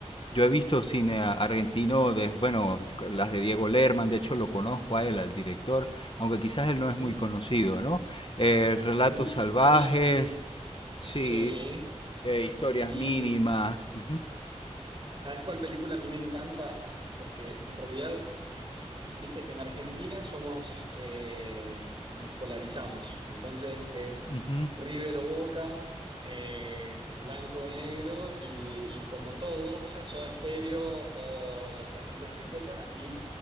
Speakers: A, on the left; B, on the right.
A: Yo he visto cine argentino, de, bueno, las de Diego Lerman, de hecho lo conozco a él, al director, aunque quizás él
B: Ujú.
A: no es muy conocido, ¿no? Eh, relatos
B: No,
A: salvajes,
B: no s-
A: sí,
B: sí.
A: eh, historias
B: Y
A: mínimas. Uh -huh,
B: ¿Sabes cuál película a mí me encanta? Porque en realidad, viste, en Argentina somos, eh, nos polarizamos. Entonces es
A: uh -huh.
B: River o Boca, eh, blanco o negro, y, y como todo, o sea, Soda Stereo o Los Redonditos de Ricota. Y,